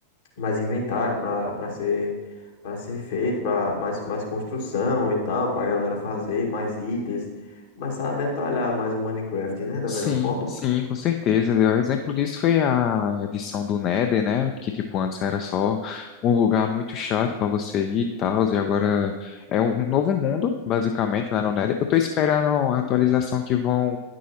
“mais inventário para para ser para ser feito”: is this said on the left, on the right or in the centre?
Left